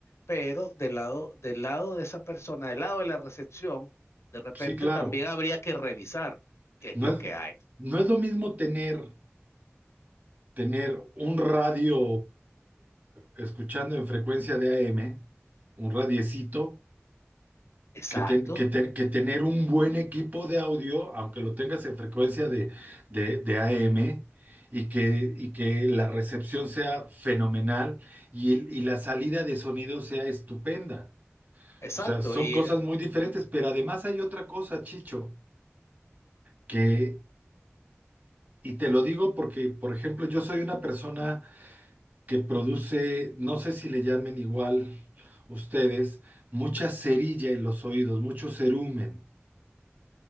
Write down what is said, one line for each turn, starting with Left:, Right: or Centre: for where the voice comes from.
Left: pero del lado, del lado de esa persona, del lado de la recepción, de repente
Right: Sí, claro.
Left: también habría que revisar qué
Right: No
Left: es lo
Right: es,
Left: que hay.
Right: no es lo mismo tener, tener un radio escuchando en frecuencia de a m un radiecito,
Left: Exacto,
Right: Que, ten- que ten- que tener un buen equipo de audio, aunque lo tengas en frecuencia de, de, de AM, y que, y que la recepción sea fenomenal y, el- y la salida de sonido sea estupenda.
Left: exacto.
Right: O sea, son
Left: Y,
Right: cosas
Left: eh,
Right: muy diferentes, pero además hay otra cosa, Chicho, que, y te lo digo porque, por ejemplo, yo soy una persona que produce, no sé si le llamen igual ustedes, mucha cerilla en los oídos, mucho cerumen.